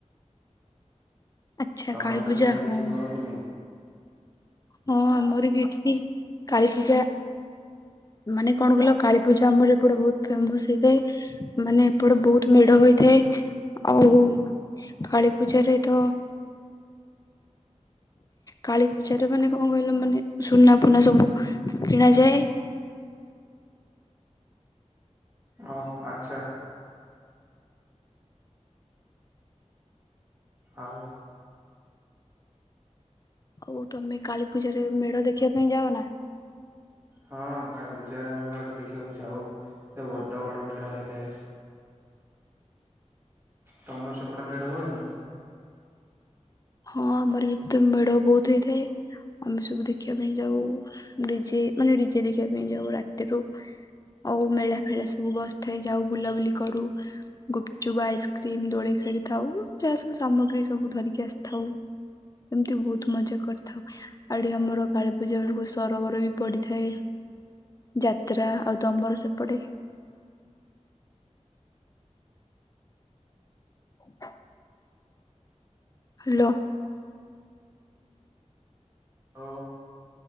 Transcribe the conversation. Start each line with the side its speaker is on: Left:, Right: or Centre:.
Left: ଆଚ୍ଛା
Right: ତମର
Left: କାଳୀ
Right: ସେପଟେ
Left: ପୂଜା ହଁ
Right: କିଛି କରନ୍ତିନି କି?
Left: ହଁ ଆମର ବି ଏଠି କାଳୀ ପୂଜା ମାନେ କଣ କଲ କାଳି ପୂଜା ଆମର ଏ ପଟେ ବହୁତ ଫେମସ ହେଇଥାଏ ମାନେ ଏପଟେ ବହୁତ ମେଢ ହେଇଥାଏ ଆଉ। କାଳୀପୂଜାରେ ତ। କାଳୀ ପୂଜାରେ ମାନେ କଣ କହିଲ ମାନେ ସୁନା ପୁନା ସବୁ କିଣା ଯାଏ।
Right: ହଁ ଆଚ୍ଛା। ଆଉ
Left: ହଉ ତମେ କାଳୀ ପୂଜାରେ ମେଢ ଦେଖିବା ପାଇଁ ଯାଅ ନା?
Right: ହଁ କାଳୀ ପୂଜାରେ ଆମେ ମେଢ ଦେଖିବାକୁ ଯାଉ ସେ ବଡ ବଡ ମେଢ ହେଇଥାଏ। ତମର ସେପଟେ ମେଢ ହୁଏନି।
Left: ହଁ ଆମର ବି ତ ମେଢ ବହୁତ ହେଇଥାଏ। ଆମେ ସବୁ ଦେଖିବା ପାଇଁ ଯାଉ ନିଜେ ମାନେ ନିଜେ ଦେଖିବା ପାଇଁ ଯାଉ ରାତିରୁ ଆଉ ମେଳା ଫେଳା ସବୁ ବସିଥାଏ ଯାଉ ବୁଲାବୁଲି କରୁ। ଗୁପଚୁପ ଆଇସ୍କ୍ରିମ୍ ଦୋଳି ଖେଳିଥାଉ ଯାହା ସବୁ ସାମଗ୍ରୀ ସବୁ ଧରିକି ଆସିଥ ଥାଉ ଏମିତି ବହୁତ ମଜା କରିଥାଉ। ଆରି ଆମର କାଳୀ ପୂଜା ବେଳକୁ ସରୋବର ବି ପଡିଥାଏ। ଯାତ୍ରା ଆଉ ତମର ସେପଟେ? ହ <unintelligible> ହ୍ୟାଲୋ।
Right: ଓ